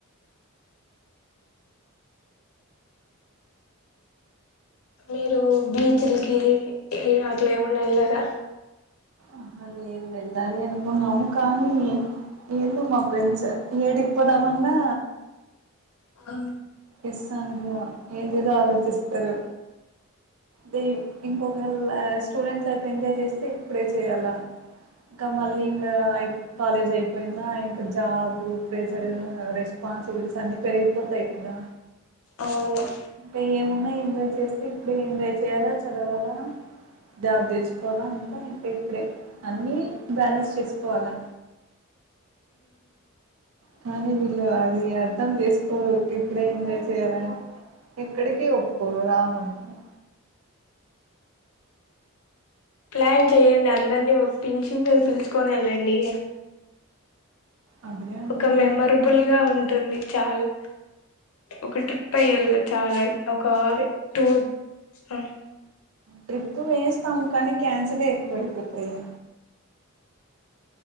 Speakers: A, on the left; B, on the right.
A: మీరు బీచ్లకి అట్లా ఏమన్నా వెళ్లారా
B: ఆహా లేదు వెళ్ళాలి అనుకున్నాము కానీ ఏందో మా ఫ్రెండ్స్ ఏడిగిపోదామన్నా
A: ఆ
B: ఎస్ ఆధ్ర ఏం లేదో ఆలోచిస్తారు ద ఇంకొకేళ స్టూడెంట్ లైఫ్ ఎంజాయ్ చేస్తే ఇప్పుడే చేయాలా ఇంకా మళ్ళీ ఇంకా కాలేజ్ అయిపోయిందా ఇంకా జాబు ప్రెజర్ రెస్పాన్సిబిలిటీస్ అన్ని పెరిగిపోతాయి కదా
A: అవును
B: అంట ఏమున్నా ఎంజాయ్ చేస్తే ఇప్పుడే ఎంజాయ్ చేయాలా చదవాలా జాబ్ తెచ్చుకోవాలా అంట ఇకా ఇప్పుడే అన్ని బ్యాలెన్స్ చేసుకోవాలా కానీ వీళ్ళు అది అర్ధం చేసుకోరు ఇప్పుడే ఎంజాయ్ చేయాలని ఎక్కడిక ఒప్పుకోరు రామంటారు
A: ప్లాన్ చెయ్యడి అందరిని ఒప్పించి మీరు పిలుసుకొని వెళ్ళండి
B: అదే అనుకున్నాము
A: ఒక మెమరబుల్ గా ఉంటుంది చాలా ఒక ట్రిప్ అయ్య వెళ చాలా ఒక
B: ఇంకే
A: టూర్ ఆ
B: ట్రిప్పు వేస్తాం కానీ క్యాన్సిల్ అయకపోయిపోతాయి